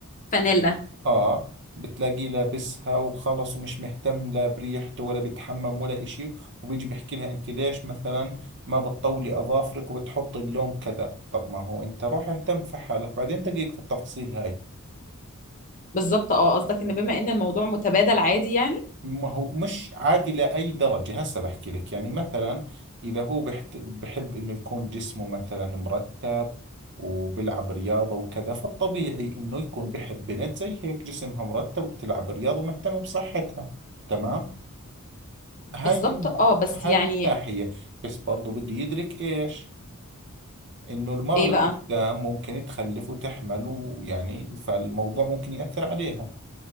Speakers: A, on the left; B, on the right.
A: فانيلا
B: اه بتلاقيه لابسها وخلص ومش مهتم لا بريحته ولا بيتحمم ولا اشي وبيجي بيحكي لها انت ليش مثلا ما بتطولي اظافرك وبتحطي اللون كذا طب ما هو انت روح اهتم في حالك بعدين دقيق في التفاصيل هاي
A: بالظبط اه قصدك ان بما ان الموضوع متبادل عادي يعني
B: ما هو مش عادي لأي درجة هسه بحكي لك يعني مثلا إذا هو بحت بحب إنه يكون جسمه مثلا مرتب وبلعب رياضة وكذا فالطبيعي إنه يكون بحب بنت زي هيك جسمها مرتب وبتلعب رياضة ومهتمة بصحتها تمام هاي
A: بالظبط
B: من
A: اه بس
B: هاي
A: يعني
B: من ناحية بس برضو بده يدرك إيش إنه المرة
A: ايه
B: اللي
A: بقى
B: قدام ممكن تخلف وتحمل ويعني فالموضوع ممكن يأثر عليها